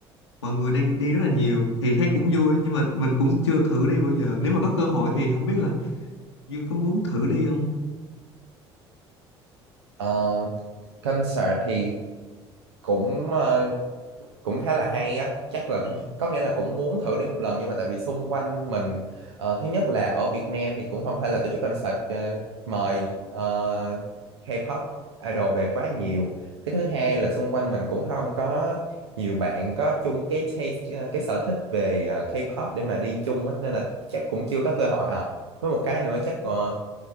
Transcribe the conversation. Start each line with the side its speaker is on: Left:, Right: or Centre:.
Left: mọi người đang đi rất là nhiều thì thấy cũng vui nhưng mà mình cũng chưa thử đi bao giờ nếu mà có cơ hội thì không biết là Dương có muốn thử đi không
Right: ờ, concert thì cũng ờ, cũng khá là hay á chắc là
Left: Ừ.
Right: có nghĩa là cũng muốn thử đi một lần nhưng mà tại vì xung quanh mình ờ, thứ nhất là ở Việt Nam thì cũng không phải là tổ chức concert ờ, mời ờ, K-pop idol về quá nhiều cái thứ hai là xung quanh mình cũng không có nhiều bạn có chung cái taste ờ, cái sở thích về ờ, K-pop để mà đi chung á nên là chắc cũng chưa có cơ hội à với một cái nữa chắc ờ,